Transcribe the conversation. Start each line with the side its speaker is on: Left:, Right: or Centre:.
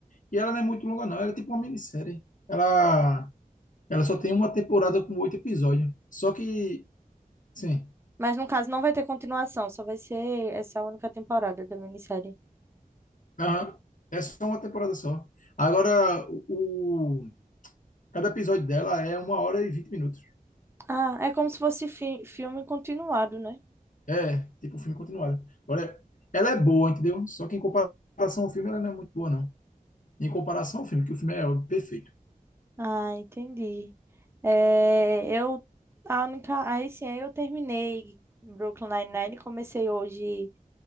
Left: E ela não é muito longa, não. Ela é tipo uma minissérie. Ela, ela só tem uma temporada com oito episódios. Só que, sim,
Right: Mas no caso não vai ter continuação, só vai ser essa única temporada da minissérie.
Left: aham, é só uma temporada só. Agora, o, o- cada episódio dela é uma hora e vinte minutos.
Right: Ah, é como se fosse fi- filme continuado, né?
Left: É, tipo um filme continuado. Agora, ela é boa, entendeu? Só que em comparação ao filme, ela não é muito boa, não. Em comparação ao filme, que o filme é perfeito.
Right: Ah, entendi. É, eu a única, aí sim, aí eu terminei Brooklyn Nine-Nine, e comecei hoje